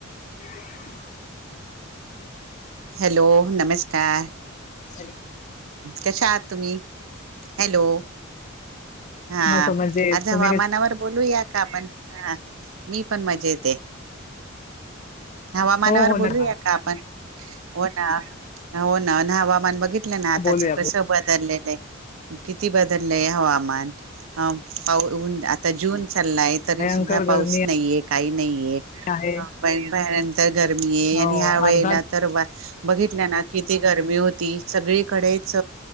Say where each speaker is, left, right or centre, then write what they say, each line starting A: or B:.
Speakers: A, on the left; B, on the right.
A: <inaudible>
B: Hello. नमस्कार.
A: <unintelligible>
B: कशा आहात तुम्ही? हॅलो. हा
A: मस्त म्हणजे
B: आज हवामानावर
A: तुम्ही कसे
B: बोलूयात. कामत हा. मी पण मजेत हे. हवामानावर
A: हो हो नका
B: बोलूया का आपण? <unintelligible> हा ना हो ना हाप हवामान बघित लं ना आताच
A: बोलूया बोलूया.
B: कसं बदलले किती बदलय हवामान पाऊन आता जून चाललाय तरी
A: भयंकर
B: सुद्धा पाऊस
A: गर्मी
B: नाहीये काही नाही.
A: आहे
B: भंयकर गरमी आहे
A: हो
B: आणि ह्या वेळेला
A: अर्धा
B: तर वा बघितल्या ना किती गरमी होती सगळीकडेच